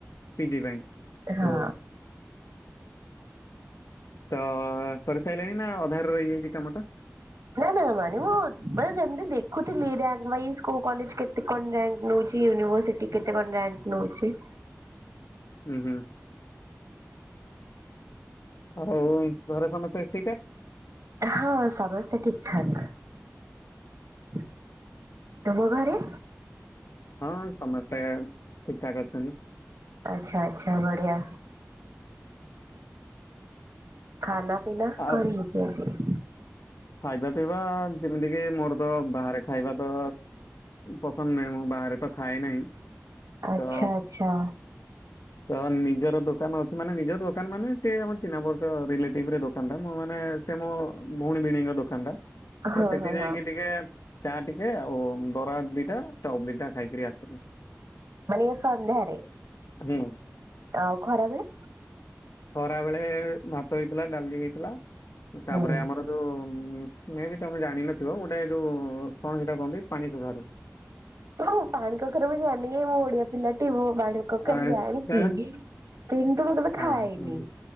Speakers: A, on the left (about 70°); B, on the right (about 80°).
A: ପିଜି ପାଇଁ
B: ହଁ
A: ଓ ତ କରିସାଇଲେଣି ନା ଅଧାରେ ରହିଯାଇଚି କାମଟା?
B: ନାଁ ନାଁ ମାନେ ମୁଁ ମାନେ ସେମତି ଦେଖୁଥିଲି ରିୟାଙ୍କ ୱାଇଜ କୋଉ କଲେଜ କେତେ କଣ ଯାଇଁ ନଉଚି ୟୁନିଭର୍ସିଟି କେତେ କଣ ରିୟାଙ୍କ ନଉଚି?
A: ହୁଁ ହୁଁ। ଆଉ ଘରେ ସମସ୍ତେ ଠିକ୍ ଠାକ୍?
B: ହଁ ସମସ୍ତେ ଠିକ୍ ଠାକ୍। ତୁମ ଘରେ?
A: ହଁ ସମସ୍ତେ ଠିକ୍ ଠାକ୍ ଅଛନ୍ତି।
B: ଆଚ୍ଛା ଆଚ୍ଛା ବଢ଼ିଆ। ଖାନା ପିନା
A: ଆଉ
B: କଣ ହେଇଚି ଆଜି?
A: ଖାଇବା ପିଇବା ଯେମିତିକି ମୋର ତ ବାହାରେ ଖାଇବା ତ ପସନ୍ଦ ନାହିଁ ମୁଁ ବାହାରେ ତ ଖାଏ ନାହିଁ
B: ଆଚ୍ଛା
A: ତ
B: ଆଚ୍ଛା
A: ତ ନିଜର ଦୋକାନ ଅଛି ମାନେ ନିଜର ଦୋକାନ ମାନେ ସେ ଆମ ଚିହ୍ନା ପରିଚୟ ରିଲେଟିଭରେ ଦୋକାନ ଟା ମୁଁ ମାନେ ସେ ମୋ ଭଉଣୀ ଭିଣେଇଙ୍କ ଦୋକାନ ଟା
B: ହଁ
A: ତ ସେଠି
B: ହଁ
A: ଯାଇଁକି
B: ହଁ
A: କି ଟିକେ ଚା ଟିକେ ଆଉ ବରା ଦିଟା ଚପ୍ ଦିଟା ଖାଇକିରି ଆସିଲି।
B: ମାନେ ଇଏ ସନ୍ଧ୍ୟାରେ?
A: ହୁଁ।
B: ଆଉ ଖରାବେଳେ?
A: ଖରା ବେଳେ ଭାତ ହେଇଥିଲା ଡାଲି ହେଇଥିଲା ତାପରେ
B: ହୁଁ
A: ଆମର ଯୋଉ ମେ ବି ତମେ ଜାଣିନଥିବ ଗୋଟେ ଯୋଉ କଣ ସେଇଟା କୁହନ୍ତି ପାଣି କଖାରୁ।
B: <unintelligible> ପାଣି କଖାରୁ ମୁଁ ଜାଣିନେଇ କାଇଁ ମୁଁ ଓଡିଆ ପିଲାଟି ମୁଁ ପାଣି କଖାରୁ
A: ଆଚ୍ଛା
B: ଜାଣିଚି। କିନ୍ତୁ ମୁଁ କେବେ
A: ହଁ
B: ଖାଇନି।
A: ହୁଁ